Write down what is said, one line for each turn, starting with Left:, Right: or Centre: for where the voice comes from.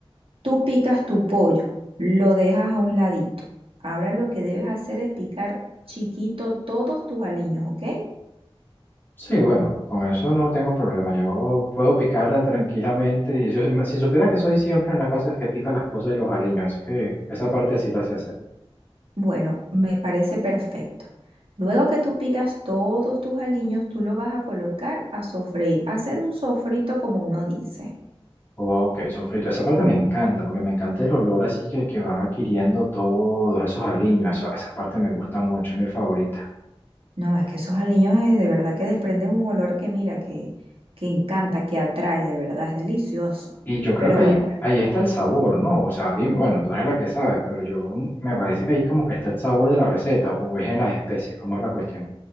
Right: tú picas tu pollo, lo dejas a un ladito. Ahora lo que debes hacer es picar chiquito todos tus aliños, ¿ok?
Left: Sí, bueno, con eso no tengo problema. Yo puedo picar tranquilamente. Y yo- si supiera que soy siempre en la casa el que pica las cosas y los aliños, así que esa parte sí la sé hacer.
Right: Bueno, me parece perfecto. Luego que tú picas todos tus aliños, tú lo vas a colocar a sofreír, a hacer un sofrito como uno dice.
Left: Ok, sofrito. Esa parte me encanta, porque me encanta el olor así que, que van adquiriendo todos esos aliños. Eso, esa parte me gusta mucho, es mi favorita.
Right: No, es que esos aliños eh, de verdad que desprenden un olor que mira, que, que encanta, que atrae, de verdad, es delicioso.
Left: Y yo creo
Right: Pero
Left: que
Right: bueno,
Left: ahí,
Right: bueno,
Left: ahí está el sabor, ¿no? O sea, dime, bueno, tú eres la que sabes, pero yo mm, me parece que ahí como que está el sabor de la receta, o es en las especies, ¿cómo es la cuestión?